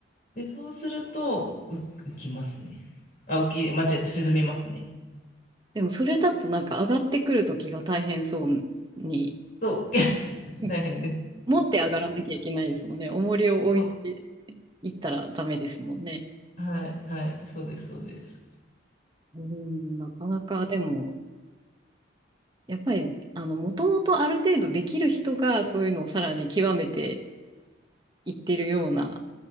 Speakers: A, on the left; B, on the right.
A: で、そうすると、う浮きますね。あ、浮き、間違えた、沈みますね。
B: でもそれだとなんか上がってくるときが大変そうに、
A: そう、<laughs>
B: <laughs>
A: 大変です。
B: 持って上がらなきゃいけないですもんね。重りを置いて
A: そう
B: いったらダメですもんね。
A: はいはい、そうです、そうです。
B: うん、なかなかでも、やっぱり、あの、もともとある程度できる人がそういうのをさらに極めていってるような